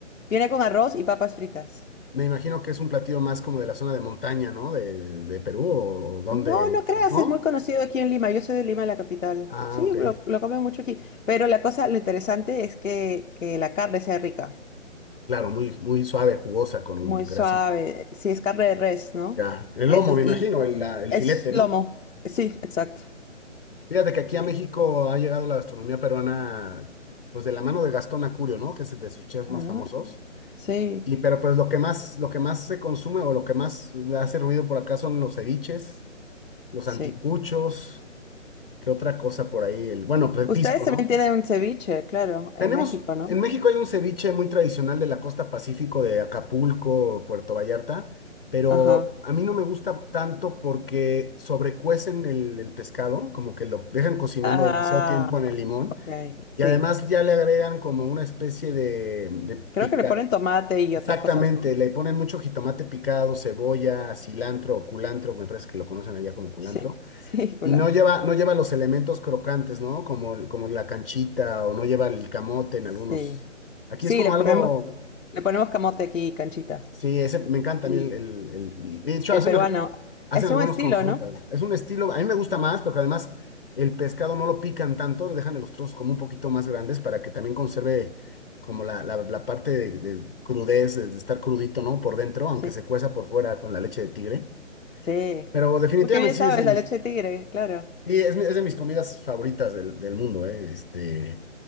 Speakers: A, on the left; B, on the left.
A: Viene con arroz y papas fritas.
B: Me imagino que es un platillo más como de la zona de montaña, ¿no? De, de Perú o, o donde,
A: No, no
B: se-
A: creas,
B: ¿no?
A: es muy conocido aquí en Lima. Yo soy de Lima, la capital.
B: Ah,
A: Sí,
B: ok.
A: lo, lo comen mucho aquí. Pero la cosa, lo interesante es que, que la carne sea rica.
B: Claro, muy, muy suave, jugosa, con un
A: Muy
B: grasito.
A: suave. Sí, es carne de res, ¿no?
B: Ya. El
A: Eso,
B: lomo, me imagino,
A: y
B: el, la- el
A: es
B: filete,
A: lomo.
B: ¿no?
A: Sí, exacto.
B: Fíjate que aquí a
A: Sí.
B: México ha llegado la gastronomía peruana, pues de la mano de Gastón Acurio, ¿no? Que es de sus chefs
A: Ah,
B: más famosos.
A: sí,
B: Y pero pues lo que más, lo que más se consume o lo que más hace ruido por acá son los ceviches, los
A: sí.
B: anticuchos. ¿Qué otra cosa por ahí? El, bueno, pues el
A: Ustedes
B: pisco,
A: también
B: ¿no?
A: tienen un ceviche, claro,
B: Tenemos,
A: en México, ¿no?
B: en México hay un ceviche muy tradicional de la costa Pacífico de Acapulco, Puerto Vallarta, pero
A: Ajá.
B: a mí no me gusta tanto porque sobrecuecen el, el pescado, como que lo dejan cocinando
A: Ah,
B: demasiado tiempo en el limón
A: ok, sí.
B: y además ya le agregan como una especie de, de pica.
A: Creo que le ponen tomate y
B: Exactamente,
A: otras cosas, ¿no?
B: le ponen mucho jitomate picado, cebolla, cilantro o culantro, me parece que lo conocen allá como culantro.
A: Sí, sí, <laughs> culantro.
B: Y no lleva, no lleva los elementos crocantes, ¿no? Como, el- como la canchita o no lleva el camote
A: Sí.
B: en algunos. Aquí
A: Sí,
B: es como
A: le ponemos,
B: algo,
A: le ponemos camote aquí, canchita.
B: sí, ese, me encanta
A: Y
B: a mí el, el- el- y de hecho,
A: el
B: hacen,
A: peruano,
B: al- hacen
A: es
B: algunos
A: un estilo,
B: con frutas.
A: ¿no?
B: Es un estilo, a mí me gusta más porque además el pescado no lo pican tanto, le dejan los trozos como un poquito más grandes para que también conserve como la, la, la parte de, de crudez, de de estar crudito, ¿no? Por dentro, aunque
A: Sí.
B: se cueza por fuera con la leche de tigre.
A: Sí.
B: Pero definitivamente
A: Uy, qué bien
B: sí
A: sabes,
B: es de mis
A: la leche de tigre, claro.
B: Sí, es, mi- es de mis comidas favoritas del, del mundo, ¿eh? Este,